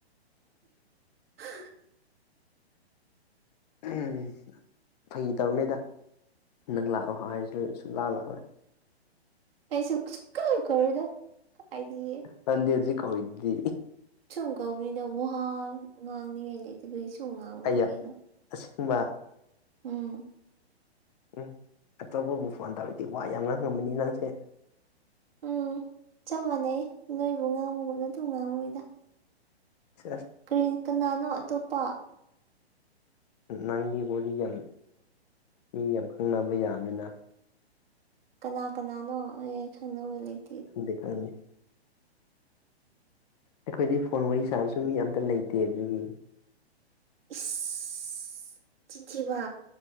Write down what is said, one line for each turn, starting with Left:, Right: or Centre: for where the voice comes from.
Right: ꯎꯝ
Left: ꯎꯝ ꯐꯩ ꯇꯧꯔꯅꯦꯗ ꯅꯪ ꯂꯥꯛꯑꯣ ꯍꯥꯌꯔꯁꯨ ꯁꯨꯛꯂꯛ ꯂꯥꯀꯣꯏ
Right: ꯑꯩꯁꯨꯛ ꯁꯨ ꯀ ꯀꯧꯔꯗ ꯀꯥꯏꯗꯤꯌꯦ
Left: ꯅꯗꯤ ꯍꯧꯖꯤꯛ ꯀꯧꯗꯤ
Right: ꯁꯨꯝ ꯀꯧꯅꯤꯅ ꯋꯥꯋꯍ ꯉꯥꯡꯅꯤꯉꯥꯏ ꯂꯩꯇꯈ ꯁꯨꯝ ꯉꯥꯡꯅꯤ
Left: ꯑꯩ
Right: ꯀꯩꯅꯣ
Left: ꯑꯁꯦꯡꯕ
Right: ꯎꯝ
Left: ꯎꯝ ꯑꯇꯣꯞꯄꯕꯨ ꯐꯣꯟ ꯇꯥꯔꯗꯤ ꯋꯥ ꯌꯥꯝ ꯉꯥꯡꯉꯝꯃꯅꯤ ꯅꯪꯁꯦ
Right: ꯎꯝ ꯆꯞ ꯃꯥꯟꯅꯩ ꯅꯣꯏꯕꯨ ꯉꯥꯡꯃꯨꯒꯨꯝ ꯅꯠꯇꯕꯨ ꯉꯥꯡꯃꯨꯅꯤꯗ
Left: ꯑꯦ
Right: ꯀꯔꯤ ꯀꯅꯥꯅꯣ ꯑꯇꯣꯞꯄ
Left: ꯅꯪꯒꯤ ꯋꯥꯔꯤꯣ ꯌꯥꯝ ꯃꯤ ꯌꯥꯝ ꯈꯪꯅꯕ ꯌꯥꯕꯃꯤꯅ
Right: ꯀꯅꯥ ꯀꯅꯥꯅꯣ ꯑꯩ ꯈꯪꯅꯕ ꯂꯩꯦ
Left: ꯗꯤ ꯈꯅꯤ ꯑꯩꯈꯣꯏꯗꯤ ꯐꯣꯟ ꯋꯥꯔꯤ ꯁꯥꯕꯁꯨ ꯃꯤ ꯑꯇ ꯂꯩꯇꯦ ꯑꯗꯨꯒꯤ
Right: ꯏꯁ ꯆꯤꯟꯊꯤꯕ